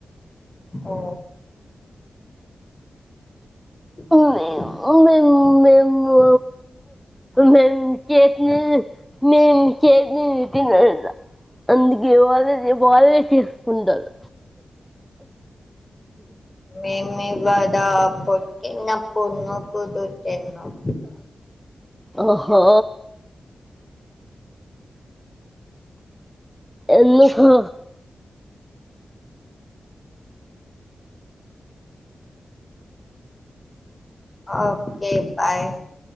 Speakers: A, on the left; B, in the centre.
A: ఓ <inaudible>
B: మేము మేము మేము చేసినది మేము చేసినది తినరట అందుకే వాళ్లది వాళ్లే చేసుకుంటారు
A: మేము ఇక్కడ పుట్టినప్పుడు నుకుతు తిన్నాం
B: ఓహో ఎందుకు
A: ఓకే బాయ్